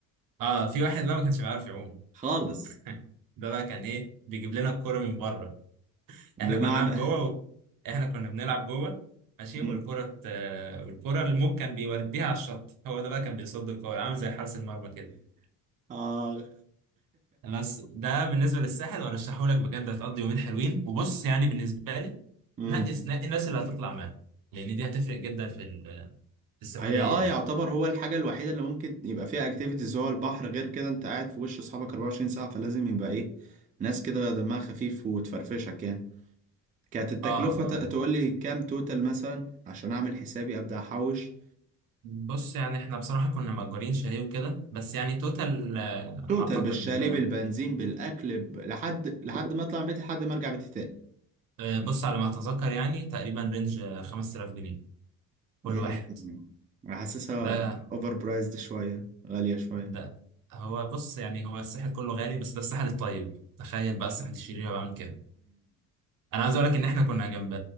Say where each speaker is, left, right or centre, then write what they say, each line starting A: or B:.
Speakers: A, on the right; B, on the right.
A: اه في واحد بقى ما كانش بيعرف يعوم
B: خالص
A: <laughs> ده بقى كان ايه بيجيب لنا الكوره من بره
B: بمعنى
A: احنا كنا بنلعب جوه و... احنا كنا بنلعب جوه ماشي
B: مم.
A: والكره ت- آه، والكره الموج كان بيوديها على الشط هو ده بقى كان بيصد الكوره عامل زي حارس المرمى كده
B: <laughs> اه
A: بس ده بالنسبه للساحل وارشحه لك بجد هتقضي يومين حلوين وبص يعني بالنسبه لي
B: مم.
A: نقي نقي الناس اللي هتطلع معاها لان دي هتفرق جدا في ال- في السفريه
B: هي اه
A: يعني
B: يعتبر هو الحاجة الوحيدة اللي ممكن يبقى فيها اكتيفيتيز هو البحر غير كده انت قاعد في وش اصحابك 24 ساعة فلازم يبقى ايه ناس كده دمها خفيف وتفرفشك يعني كانت التكلفة
A: اه
B: ت-
A: اه
B: تقول لي كام توتال مثلا عشان اعمل حسابي ابدا احوش
A: بص يعني احنا بصراحه كنا مأجرين شاليه وكده بس يعني توتال آه،
B: توتال
A: اعتقد
B: بالشاليه
A: اه
B: بالبنزين بالاكل ب... لحد لحد ما اطلع من بيتي لحد ما ارجع بيتي تاني
A: آه، بص على ما اتذكر يعني تقريبا رينج آه، 5000 جنيه كل
B: مم.
A: واحد
B: حاسسها
A: ده
B: اوفر برايزد شوية غالية شوية
A: ده هو بص يعني هو الساحل كله غالي بس ده الساحل الطيب تخيل بقى الساحل الشرير بعمل كده انا عايز اقول لك ان احنا كنا جنب